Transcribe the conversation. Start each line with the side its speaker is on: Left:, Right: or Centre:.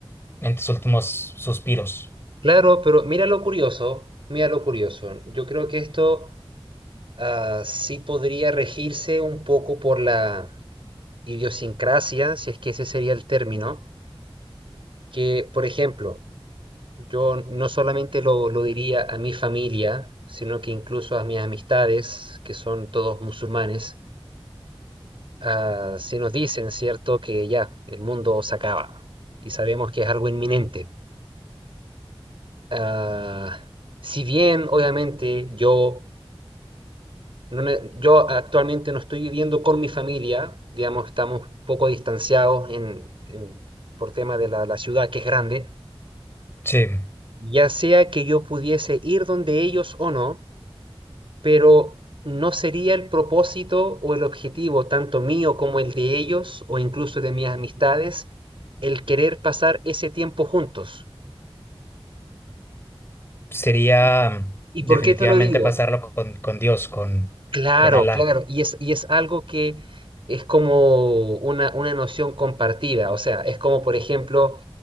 Left: en tus últimos suspiros.
Right: Claro, pero mira lo curioso, mira lo curioso. Yo creo que esto ah, sí podría regirse un poco por la idiosincrasia, si es que ese sería el término, que, por ejemplo, yo no solamente lo, lo diría a mi familia, sino que incluso a mis amistades, que son todos musulmanes, ah, si nos dicen, ¿cierto?, que ya, el mundo se acaba y sabemos que es algo inminente. Ah, si bien, obviamente, yo no ne- yo actualmente no estoy viviendo con mi familia, digamos, estamos un poco distanciados en, en- por tema de la, la ciudad que es grande,
Left: Sí,
Right: ya sea que yo pudiese ir donde ellos o no, pero no sería el propósito o el objetivo, tanto mío como el de ellos o incluso de mis amistades, el querer pasar ese tiempo juntos.
Left: sería
Right: ¿Y,
Left: mm,
Right: y
Left: definitivamente
Right: por qué te lo digo?
Left: pasarlo con, con Dios, con,
Right: Claro,
Left: con Alá.
Right: claro, y es, y es algo que es como una, una noción compartida, o sea, es como, por ejemplo,